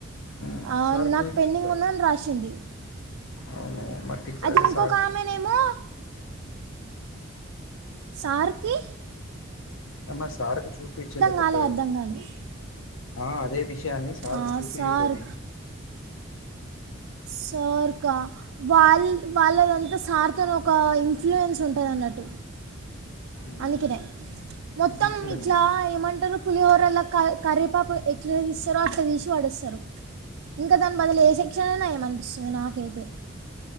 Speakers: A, on the left (about 80°); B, on the right (about 85°).
A: ఉమ్.
B: ఆ
A: సార్
B: నాకు
A: గురించి
B: పెండింగ్
A: సార్
B: ఉందని రాసింది
A: అవును మరి టీచర్
B: అది
A: అదే
B: ఇంకోక
A: సార్
B: ఆమెనేమో సార్ కి
A: ఎమర్స్ సార్ కు చూపించలేకపోయాము
B: కాలే అర్థం కాలే
A: ఆ అదే విషయాన్ని సార్
B: ఆ,
A: కు చూపియ్యపోయినాం.
B: సార్ సార్ కా వాళ్ వాళ్ళదంతా సార్ తోను ఒక ఇన్ఫ్లుయెన్స్ ఉంటది అన్నట్టు.
A: ఉమ్.
B: అందుకినే మొత్తం
A: ఇన్ఫ్లుయెన్స్
B: ఇట్లా ఏమంటరు పులిహోరలో కర్ కర్రేపాపు ఎట్లా తీస్సురో అట్లా తీసి పడేస్సరు, ఇంకా దాన్ని బదులు ఏ సెక్షణైనా ఏమనిపిస్తుంది నాకైతే